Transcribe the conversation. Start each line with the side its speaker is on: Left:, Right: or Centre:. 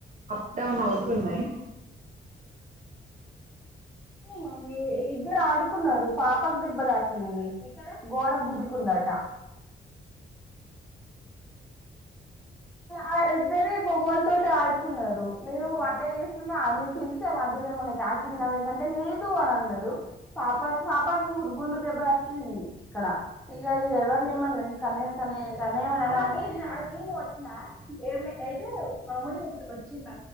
Right: అప్ డౌన్ అవుతున్నయి.
Centre: ఏ మరి ఇద్దరు ఆడు కున్నారు పాపకు దెబ్బ తాకింది గోడ గుద్దుకుందట ఆ ఇద్దరే బొమ్మల తోటి ఆడుకున్నరు నేను వంట చేస్తున్నా అ నేను పిలిసా మధ్యలో ఏమన్నా తాకిందా మీకు అంటే లేద్ తూ అని అన్నడు పాప పాపాకు గుండుకు దెబ్బ తగిలింది ఇక్కడ ఇగ ఎవరిని ఏమనలే కానీ కానీ ఏమన్న అన్నవ అంటే <unintelligible> అయితే మాములు గా వచ్చింది